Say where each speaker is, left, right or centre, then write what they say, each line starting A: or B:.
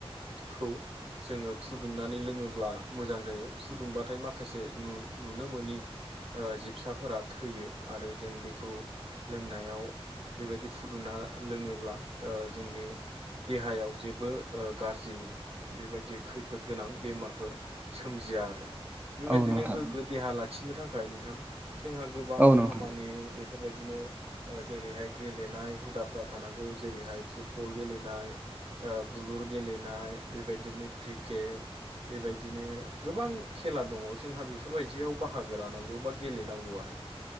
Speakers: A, on the right; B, on the right.
A: खौ जोङो फुदुंनानै लोङो ब्ला मोजां जायो। फुदुंबाथाय माखासे नु-नुनो मोनि ओ जिबसाफोरा थैयो आरो जों बेखौ लोंनायाव बेबायदि फुदुंना लोङोब्ला जोंनि देहायाव जेबो गाज्रि बेबायदि खैफोद खैफोद गोनां बेमारफोर सोमजिया आरो बेबायदिनो
B: औ नोंथां
A: गोग्गो देहा लाखिनो थाखाय नोंथां जोंहा गोबां
B: औ नोंथां
A: खामानि बे बेफोरबायदिनो जेरैहाय गेलेनाय हुदाफ्रा थानांगौ जेरैहाय फुटबल गेलेनाय बुलुर गेलेनाय बेबायदिनो क्रिक क्रिकेट बेबायदिनो गोबां खेला दङ जोंहा बेफोर बेफोरबायायदियाव बाहागो लानांगौ बा गेलेनांगौ आरो